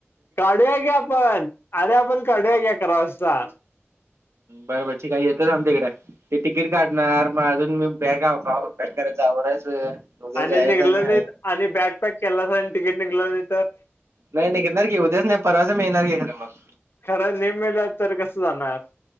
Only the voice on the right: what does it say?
बर बर ठीकाय, येतोयस का आमच्याकडे? ते तिकीट काढणार म अजून मी बॅगाव कवा पॅक करायच आवरायचं. उद्या
जायचं
हाय
नाही नीघणार की उद्याच नाई परवाच मिळणार की खरं मग.